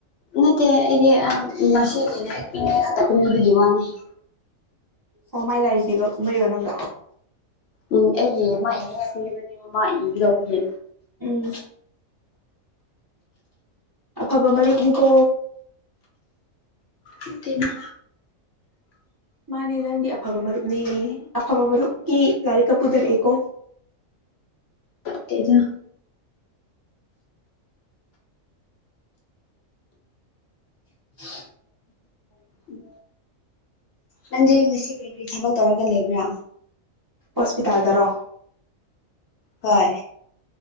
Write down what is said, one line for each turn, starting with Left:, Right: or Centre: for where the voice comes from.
Left: ꯅꯠꯇꯦ ꯑꯩꯗꯤ ꯑꯥ ꯉꯁꯤꯒꯤ ꯅꯠꯇꯦ ꯈꯛꯇꯥ ꯀꯨꯝꯃꯤꯕꯒꯤ ꯋꯥꯅꯤ
Right: ꯑꯣ ꯃꯥꯏ ꯂꯥꯏꯔꯤꯛ ꯄꯤꯕ ꯀꯨꯝꯃꯛꯏꯔꯣ ꯅꯪꯗꯣ
Left: ꯎꯝ ꯑꯩꯒꯤ ꯃꯥ ꯏꯅꯤꯉꯥꯏ ꯄꯤꯕꯅꯦꯕ ꯃꯥ ꯏꯒꯗꯧꯕꯒꯤ
Right: ꯎꯝ ꯑꯐꯕ ꯃꯔꯨꯞꯅꯤꯀꯣ
Left: ꯅꯠꯇꯦꯅ
Right: ꯃꯥꯅꯦ ꯅꯪꯗꯤ ꯑꯐꯕ ꯃꯔꯨꯞꯅꯤ ꯑꯐꯕ ꯃꯔꯨꯞꯀꯤ ꯂꯥꯏꯔꯤꯛꯀꯥ ꯄꯨꯗꯔꯛꯑꯦꯀꯣ
Left: ꯇꯦꯗꯥ
Right: <inaudible>
Left: ꯎꯝ ꯅꯪꯗꯤ ꯉꯁꯤ ꯀ꯭ꯔꯤ ꯀ꯭ꯔꯤ ꯊꯕꯛ ꯇꯧꯔꯒꯥ ꯂꯩꯕ꯭ꯔꯥ
Right: ꯍꯣꯁꯄꯤꯇꯥꯜꯗꯔꯣ
Left: ꯍꯣꯏ